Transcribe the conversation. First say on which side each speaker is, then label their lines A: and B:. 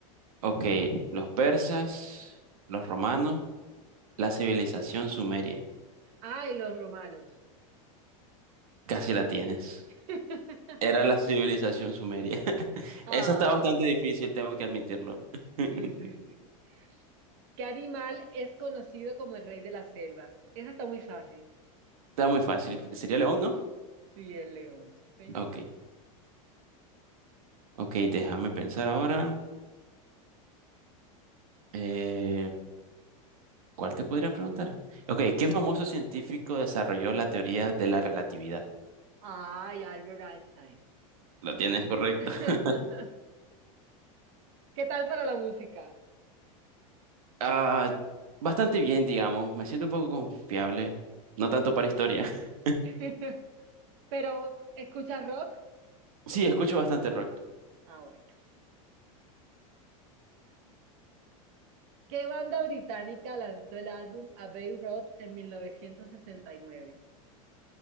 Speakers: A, on the right (about 85°); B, on the right (about 60°).
A: Ok, los persas, los romanos, la civilización sumeria.
B: Ay, los romanos. No.
A: Casi la tienes.
B: <laughs>
A: Era la civilización sumeria. <laughs>
B: Ay,
A: Esa está bastante difícil, tengo que admitirlo. <laughs>
B: sí, sí, sí. ¿Qué animal es conocido como el rey de la selva? Esa está muy fácil.
A: Está muy fácil. ¿Sería León, no?
B: Sí, el león, sí, señor.
A: Ok, ok, déjame pensar ahora. Eh, ¿Cuál te podría preguntar? Ok, ¿qué famoso científico desarrolló la teoría de la relatividad?
B: Ay, Albert Einstein.
A: ¿Lo tienes correcto?
B: <laughs>
A: <laughs>
B: ¿Qué tal para la música?
A: Ah, bastante bien, digamos. Me siento un poco confiable. No tanto para historia. <laughs>
B: <laughs> Pero, ¿escuchas rock?
A: Sí, escucho bastante rock.
B: Ah, bueno. ¿Qué banda británica lanzó el álbum Abbey Road en 1969?